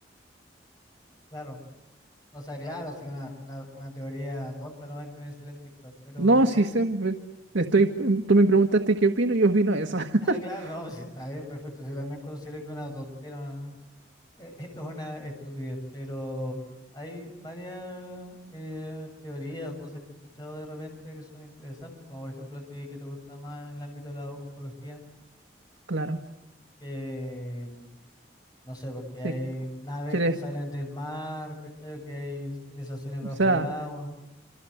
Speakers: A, on the left (about 20°); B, on the right (about 80°).
A: claro, o sea, claro, si una, una, una teoría tonta no hay que ver en TikTok, pero
B: No,
A: es
B: sí sé, pues, estoy, tú me preguntaste qué opino, yo opino eso. <laughs>
A: Ah, claro, no, pues está bien, perfecto. Yo también considero que una tontera eh, eh, es una estupidez, pero mm, hay varias eh, teorías o cosas que he escuchado de repente que son interesantes, como por ejemplo a ti que te gusta más el ámbito de la ufología,
B: Claro,
A: que mm, no sé, porque
B: si
A: hay
B: es-
A: naves
B: quieres,
A: que salen del mar, ¿cachai? O Que hay civilizaciones
B: o
A: bajo
B: sea.
A: el agua,